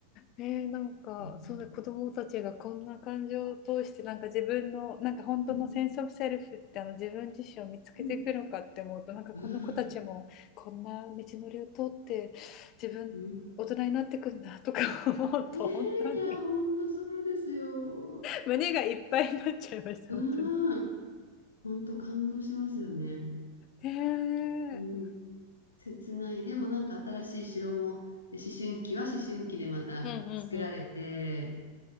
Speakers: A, on the left; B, on the left.
A: ねえ、なんか、
B: うん。
A: そうだ、子供たちがこんな感情を通して、なんか自分の、なんか本当のセンスオブセルフってあの自分自身を見つけていくのかって思うと、
B: うん、うん、
A: なんかこの子たちもこんな道のりを通って自分、
B: うん。うん、
A: 大人になってくんだとか思うと、
B: えーいや、
A: 本当に
B: 本当そうですよ。
A: 胸がいっぱいになっちゃいました、
B: うん。
A: 本当に。
B: 本当感動しますよね。
A: ねえ。
B: うん。切ない。でもなんか新しい城も、で思春期は思春期でまた作られて、
A: うんうんうん。